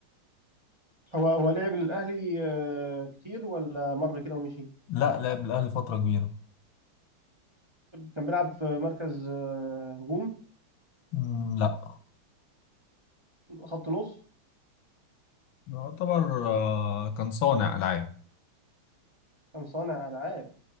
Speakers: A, on the right; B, on the left.
A: هو هو لعب للاهلي آه، كتير ولا مر كده ومشي
B: لا لعب الأهلي فترة كبيرة
A: كان بيلعب في مركز آه، هجوم
B: مم. لا
A: خط نص
B: يعتبر آه، كان صانع ألعاب
A: كان صانع العاب